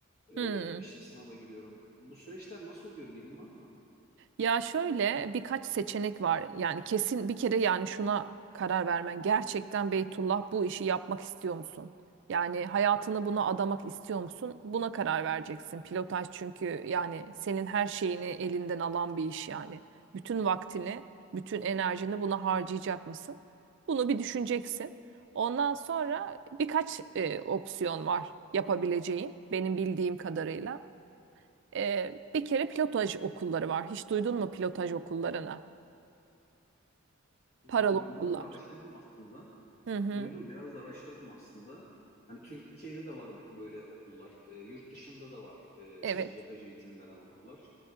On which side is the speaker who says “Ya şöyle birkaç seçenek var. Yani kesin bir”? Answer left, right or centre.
Right